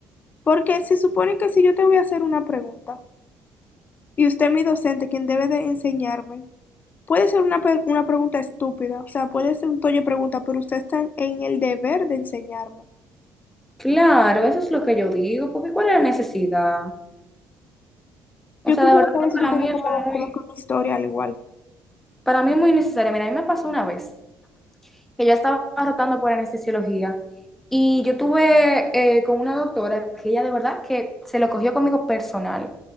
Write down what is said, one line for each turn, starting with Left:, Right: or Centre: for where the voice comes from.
Left: porque se supone que si yo te voy a hacer una pregunta y usted, mi docente, quien debe de enseñarme, puede ser una, pe- una pregunta estúpida, o sea, puede ser un toyo de pregunta, pero usted está en el deber de enseñarme.
Centre: Claro, eso es lo que yo digo, porque ¿cuál es la necesidad? O
Left: Yo
Centre: sea,
Left: quisiera
Centre: de verdad
Left: saber
Centre: que
Left: si tú
Centre: para
Left: tienes
Centre: mí eso
Left: como,
Centre: es muy,
Left: como que una historia al igual,
Centre: para mí es muy necesario. Mira, a mí me pasó una vez. que ya estaba rotando por anestesiología. Y yo tuve eh, con una doctora que ella de verdad que se lo cogió conmigo personal.